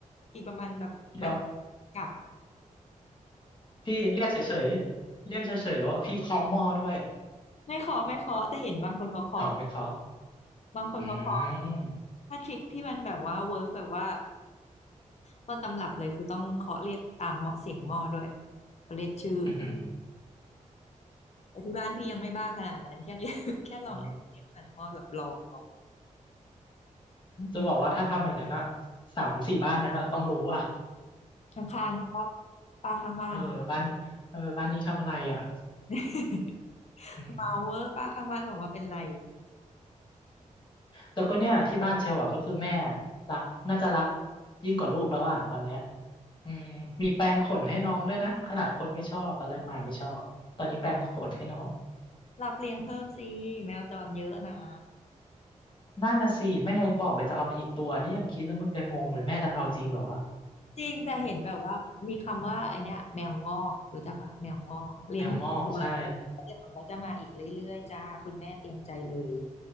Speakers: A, on the left; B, on the left.
A: อีกประมาณแบบวัน
B: เดี๋ยว
A: กลับ
B: พี่เรียกเฉยๆเรียกเฉยๆหรือว่าพี่เคาะหม้อด้วย
A: ไม่เคาะไม่เคาะแต่เห็นบางคนเขาเคาะ
B: เอาไม่เคาะ
A: บางคนเขาเคาะ
B: อืม
A: ถ้าทริคที่มันแบบว่าเวิร์กแบบว่าต้นตำรับเลยคือต้องเคาะเรียกตามเหมาะเสียงหม้อด้วยเขาเรียกชื่อ
B: อือหือ
A: แต่ที่บ้านพี่ยังไม่บ้าขนาดนั้นแค่เรียก <laughs> แค่ลองเรียกผ่านหม้อแบบลองลอง
B: เออ
A: อืม
B: จะบอกว่าถ้าทำแบบนั้นอะสามสี่บ้านนั้นอะต้องรู้อะ
A: ข้างๆใช่ปะป้าข้างบ้าน
B: เออบ้านเออบ้านนี้ทำอะไรอะ
A: <laughs>
B: อืม
A: เมาเวอร์ป้าข้างบ้านบอกว่าเป็นไร
B: แต่ก็เนี่ยที่บ้านเชลอะก็คือแม่รักน่าจะรักยิ่งกว่าลูกแล้วอะตอนเนี้ยอืมมีแปรงขนให้น้องด้วยนะขนาดคนไม่ชอบตอนแรกมาไม่ชอบตอนนี้แปรงขนให้น้อง
A: รับเลี้ยงเพิ่มสิแมวจรเยอะนะ
B: นั่นน่ะสิแม่ยังบอกเลยจะเอามาอีกตัวนี่ยังคิดแล้วยังงงเลยแม่จะเอาจริงเหรอ
A: จริงแต่เห็นแบบว่ามีคำว่าไอเนี้ยแมวงอกรู้จักปะแมวงอกเลี้ยงตัว
B: แมวงอกใช่
A: แล้วเดี๋ยวมันก็จะมาอีกเรื่อยๆจ้าคุณแม่เตรียมใจเลย